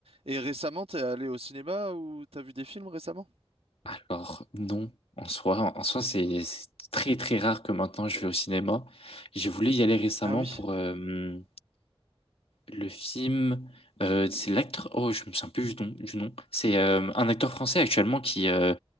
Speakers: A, on the right; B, on the left.
A: Et récemment, t'es allé au cinéma ou t'as vu des films récemment?
B: Alors, non, en soi, en soi, c'est c'est très très rare que maintenant je vais au cinéma. J'ai voulu y aller récemment
A: Ah oui,
B: pour euh, le film. euh, c'est l'acteur. Oh, je me souviens plus du nom. du nom. C'est euh, un acteur français actuellement qui, euh,